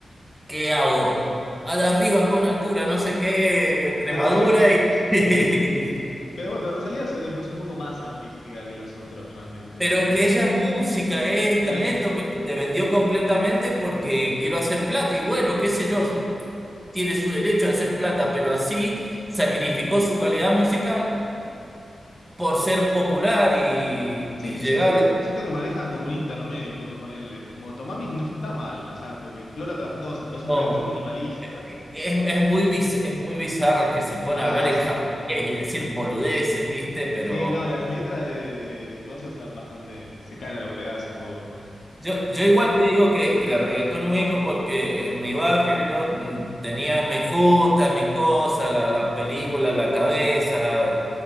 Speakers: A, in the centre; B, on the left.
A: ¿qué hago? A la arriba con altura, no sé qué, tremadura
B: No, eh,
A: y...
B: eh,
A: <laughs>
B: pero bueno, pero Rosalía se- es un poco más artística que los otros realmente,
A: Pero
B: porque
A: es que ella es música, es
B: sí,
A: talento, pero se vendió completamente porque quiero hacer plata y bueno, qué sé yo, tiene su derecho a hacer plata, pero así sacrificó su calidad musical por ser popular y,
B: sí,
A: y llegar.
B: siento que, te- siento que manejan como un intermedio, porque ponele, Motomami no está mal, o sea, porque explora otras cosas, pero es
A: No,
B: un reggaetón minimalista.
A: es, es muy, biz- es muy bizarro que se pone
B: Ah,
A: a hablar en
B: sí,
A: japonés y decir boludeces, ¿viste? Pero
B: sí, no, las letras de, de, de cosas están bastante, se caen a los pedazos un poco.
A: yo, yo igual te digo que, que reggaetón ubico porque en mi barrio yo mm, tenía mis juntas, mis cosas, la, la película en la cabeza.